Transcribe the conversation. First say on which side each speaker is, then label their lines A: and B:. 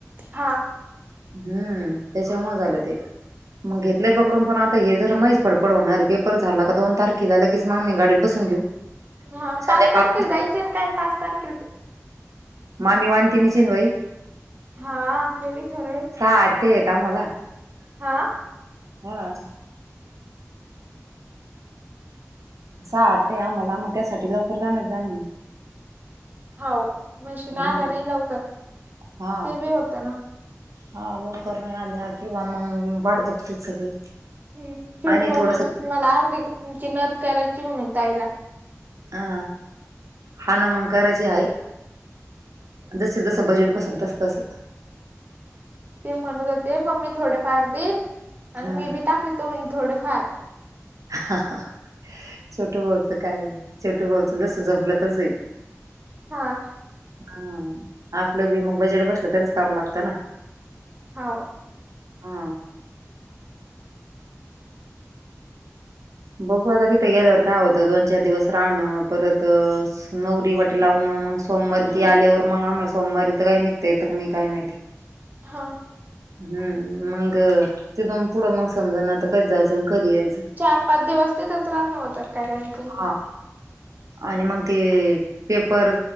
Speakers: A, on the right; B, on the right.
A: हा
B: हम्म त्याचमुळ झालं ते मग घेतल्य पकडून पण आता हे जर महीच फडपड होणारे झाला का दोन तारखेला लगेच म मा्मी गाडीत बसून घेऊ.
A: हा
B: संध्याकाळ
A: पाच तारखेल जायचं ना काय पाच तारखेल
B: मामी वनतीिनीचीिन भाई
A: हा ते बी खरं हाय.
B: सा ते येत आ म्हाला <unintelligible>
A: हा.
B: हा. सहा ते आम्हाला मग त्यासाठी लवकर जाणच जाणे.
A: होव म्हशीन
B: हम्म
A: आल्या नाही लवकर
B: हा
A: ते बी होतं ना.
B: हा लवकर नाही आल्या किंवा मग वाट बघते सगळे.
A: हम्म छोटू
B: आणि
A: बाबाना
B: थोडस अ
A: म्हणत मला अर्धी नमकी नथ करायची म्हणून ताईला.
B: ह हा ना मंग करायची आहे. जस जसं बजेट बस तसतसं.
A: ते म्हणत होते मम्मी थोडेफार देईन आणि
B: हा
A: मी बी टाकीतो म्हने थोडेफार.
B: हा हा छोटु भाऊच काय आहे छोटू भाऊच जस जमलं तसं आहे.
A: हा.
B: हा आपलं बी मग बजेट बसलं तरच करावं लागतं ना.
A: होव.
B: हा बघू आता तिथं गेल्यावर काय होतं दोन चार दिवस राहनं परत नवरी वाटी लावून मग सोमवारी ती आल्यावर मग आम्हाला सोमवारी तर काही निघता येतं की नाही काय माहित.
A: हा.
B: हम्म मग तिथून पुढं मग समज न आता कधी जायचं आणि कधी यायचं.
A: चार पाच दिवस तीथच रहाण होत का काय <unintelligible>
B: हा. आणि मग ते पेपर